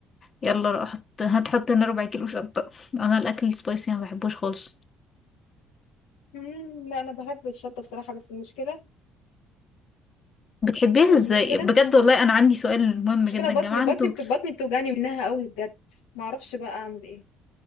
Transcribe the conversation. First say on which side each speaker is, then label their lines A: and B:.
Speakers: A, on the left; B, on the left.
A: يلا روح حط هتحط هنا ربع كيلو شطه <laughs> انا الاكل السبايسي ما بحبوش خالص
B: امم، لأ أنا باحب الشطة بصراحة، بس المشكلة
A: بتحبيها ازاي
B: المشكلة
A: بجد والله انا عندي سؤال مهم
B: المشكلة
A: جدا
B: بطني
A: يا جماعه
B: بطني
A: انتوا
B: بت بطني بتوجعني منها أوي بجد، ما أعرفش بقى أعمل إيه،